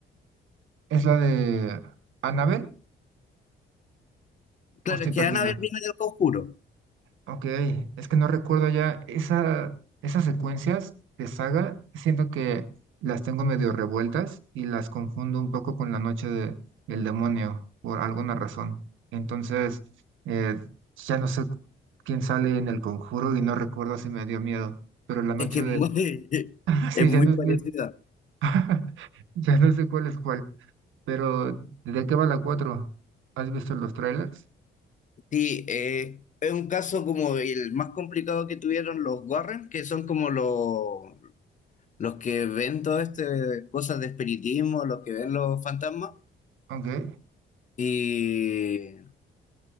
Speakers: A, on the right; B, on the left.
A: ¿es la de Annabelle?
B: Claro,
A: ¿O estoy
B: es que
A: perdida?
B: Annabelle viene del Conjuro.
A: Ok, es que no recuerdo ya esa, esas secuencias de saga, siento que las tengo medio revueltas y las confundo un poco con la noche de, del demonio por alguna razón. Entonces, eh, ya no sé quién sale en El Conjuro y no recuerdo si me dio miedo, pero la noche
B: Es que es
A: de...
B: muy, <laughs>
A: <laughs> Sí,
B: es muy
A: ya no
B: parecida.
A: sé, <laughs> ya no sé cuál es cuál. Pero, ¿de qué va la 4? ¿Has visto los trailers?
B: Sí, eh, es un caso como el más complicado que tuvieron los Warren, que son como los, los que ven todas estas cosas de espiritismo, los que ven los fantasmas,
A: Ok.
B: y